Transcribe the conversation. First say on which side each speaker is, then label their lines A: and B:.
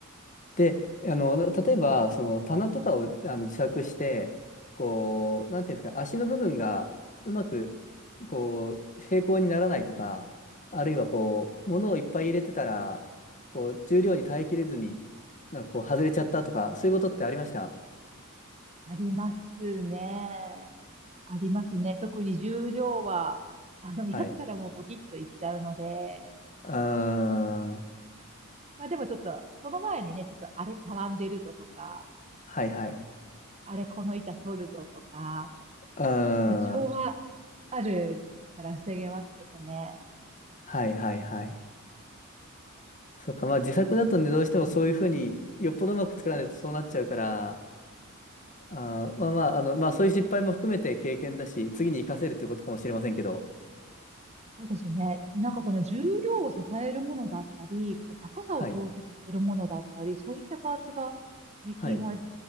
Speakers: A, on the left; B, on the right.
A: で、あの、例えば、その棚とかをあの自作して、こう、なんていうんですか、足の部分がうまく、こう、平行にならないとか、あるいはこう、物をいっぱい入れてたら、こう、重量に耐えきれずに、なんかこう、外れちゃったとか、そういうことってありました
B: ありますね。ありますね。特に重量は、あの、やったらもうボキッといっちゃうので、
A: はい。うーん。
B: まあでもちょっと、その前にね、ちょっとあれたわんでるぞとか、
A: はいはい。
B: あれこの板反るぞとか、
A: うー
B: 予兆はあるから防げますけどね。
A: ん。はいはいはい。そうか、まあ自作だとね、どうしてもそういうふうに、よっぽどうまく作らないとそうなっちゃうから、あー、まあまあ、あの、まあそういう失敗も含めて経験だし、次に活かせるってことかもしれませんけど。
B: そうですね。でなんかその重量を支えるものだったり、こう高さを調節するものだったり、
A: はい。
B: そういったパーツが最近は
A: はい。